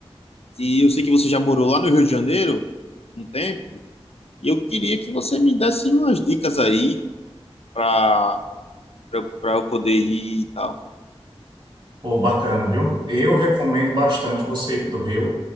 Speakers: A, on the left; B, on the right.
A: E eu sei que você já morou lá no Rio de Janeiro um tempo, e eu queria que você me desse umas dicas aí pra, pra, pra eu poder ir e tal.
B: Pô, bacana, viu? Eu recomendo bastante você ir para o Rio.